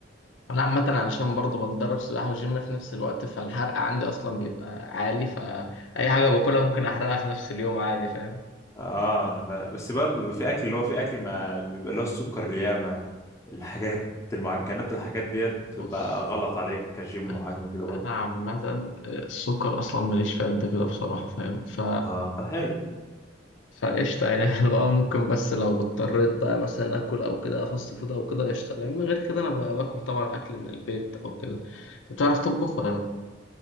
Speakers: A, on the left; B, on the left.
A: انا عامه علشان برضه بتدرب سباحه وجيم في نفس الوقت فالحرق عندي اصلا بيبقى عالي فاي حاجه باكلها ممكن احرقها في نفس اليوم عادي فاهم
B: اه انا فا... بس برضه بيبقى في اكل اللي هو في اكل ما بيبقى اللي هو السكر ياما الحاجات المعجنات والحاجات ديت بتبقى
A: بص
B: غلط عليك كجيم
A: انا
B: وحاجات من كده برضه
A: أنا عامه السكر اصلا ماليش فيه قد كده بصراحه فاهم ف
B: اه طب حلو
A: فقشطة يعني <laughs> اللي هو ممكن بس لو اضطريت بقى مثلا آكل أو كده فاست فود أو كده قشطة لأن غير كده أنا بقى باكل طبعا أكل من البيت أو كده أنت بتعرف تطبخ ولا لأ؟